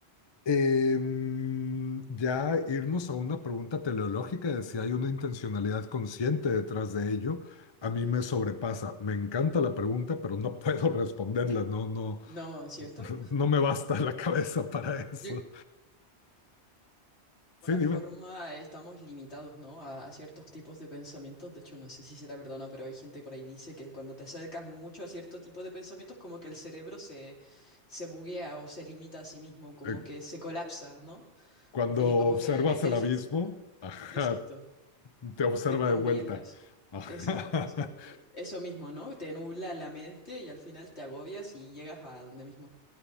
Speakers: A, on the left; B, on the left.
A: Em, ya irnos a una pregunta teleológica de si hay una intencionalidad consciente detrás de ello, a mí me sobrepasa. Me encanta la pregunta, pero no <laughs> puedo responderla, no, no,
B: No, ¿es ¿cierto?
A: <laughs> no me basta la cabeza para eso.
B: Yo- de
A: Sí,
B: alguna
A: dime.
B: forma estamos limitados, ¿no? A, a ciertos tipos de pensamientos. De hecho, no sé si será verdad o no, pero hay gente por ahí dice que cuando te acercas mucho a cierto tipo de pensamientos, como que el cerebro se, se buguea o se limita a sí mismo, como
A: Eh,
B: que se colapsa, ¿no?
A: cuando
B: Eh,
A: observas
B: como que la inteligencia.
A: el abismo, ajá,
B: Exacto,
A: te observa
B: te conviertes.
A: de vuelta. Ajá.
B: Exacto, exacto.
A: <laughs>
B: Eso mismo, ¿no? Te nubla la mente y al final te agobias y llegas a donde mismo.